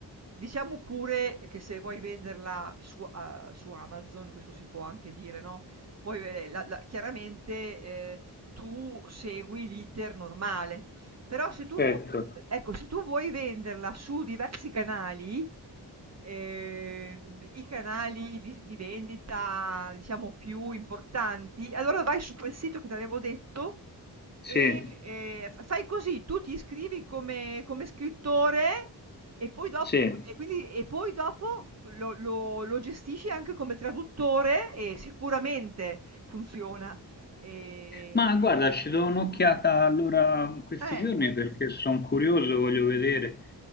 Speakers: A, on the right; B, on the left.
A: diciamo pure che se vuoi venderla su a su Amazon, questo si può anche dire, no, puoi ve la la chiaramente, ehm, tu segui l'iter normale, però se tu
B: Certo,
A: vuoi ecco, se tu vuoi venderla su diversi canali, ehm, i canali di di vendita, diciamo, più importanti, allora vai su quel sito che t'avevo detto
B: sì,
A: e, ehm, f fai così, tu ti iscrivi come come scrittore e poi dop
B: sì.
A: e quindi e poi dopo lo lo lo gestisci anche come traduttore e sicuramente funziona. Ehm,
B: Ma guarda, ci do un'occhiata allora in questi
A: eh,
B: giorni perché sono curioso, voglio vedere.